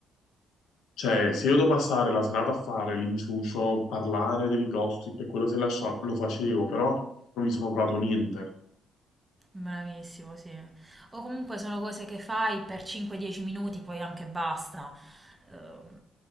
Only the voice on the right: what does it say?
Bravissimo, sì. O comunque sono cose che fai per 5-10 minuti, poi anche basta. Ehm,